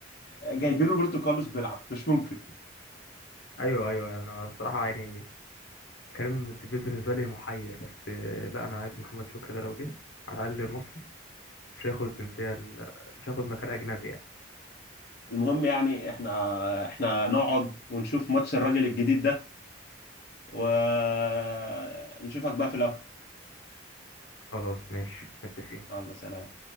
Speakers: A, on the left (about 50°); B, on the left (about 75°).
A: جايبين روبرتو كارلوس بيلعب مش ممكن
B: ايوه ايوه انا بصراحة يعني كريم الدبيس بالنسبة لي محير بس آه، لا انا عايز محمد شكري ده لو جه على الاقل مصري مش هياخد جنسية ال- مش هياخد مكان أجنبي يعني
A: المهم يعني احنا احنا نقعد ونشوف ماتش الراجل الجديد ده ونشوفك بقى في القهوة
B: خلاص ماشي متفقين
A: الله سلام